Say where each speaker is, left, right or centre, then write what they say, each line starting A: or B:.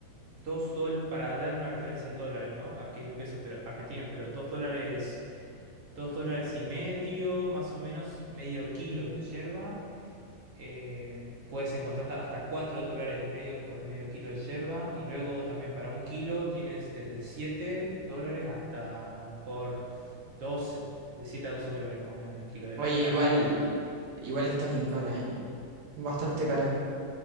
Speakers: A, on the right (about 50°); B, on the right (about 80°).
A: dos dólares, para dar una referencia en dólares, ¿no? Aquí es en pesos pero, argentinos, pero dos dólares. Dos dólares y medio, más o menos medio kilo de yerba. Eh, puedes encontrar hasta cuatro dólares y medio por medio kilo de yerba. Y luego también para un kilo tienes desde 7 dólares hasta a lo mejor doce De 7 a 12 dólares más o menos el kilo. Depende
B: Oye,
A: de la
B: igual,
A: Vale. marca.
B: igual está bien cara, ¿eh? Bastante cara.